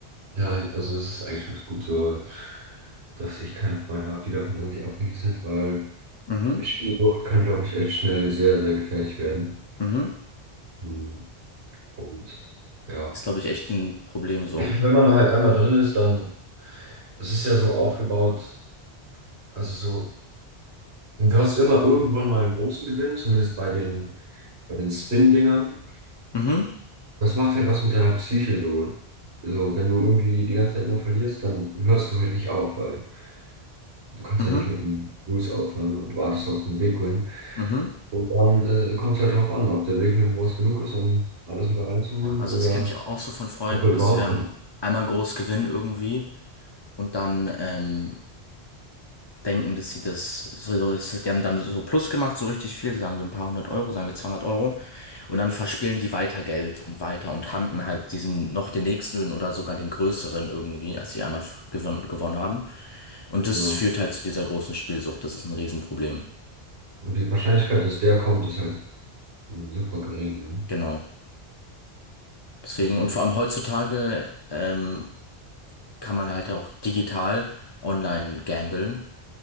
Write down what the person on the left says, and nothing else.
Mhm.
Mhm.
Ist, glaube ich, echt ein Problem so.
Mhm,
mhm,
mhm.
Ja, also
das kenne ich auch so von Freunden,
dass sie dann
einmal groß gewinnen irgendwie und dann ähm, denken, dass sie das, so, so, das- die haben dann so Plus gemacht, so richtig viel, sagen wir ein paar hundert Euro, sagen wir 200 Euro und dann verspielen die weiter Geld und weiter und handeln halt diesen noch den nächsten oder sogar den größeren irgendwie, als sie einmal gewonnen, gewonnen haben. Und das
führt halt zu dieser großen Spielsucht, das ist ein Riesenproblem.
Genau. Deswegen,
und vor allem heutzutage, ähm, kann man halt auch digital online gamblen.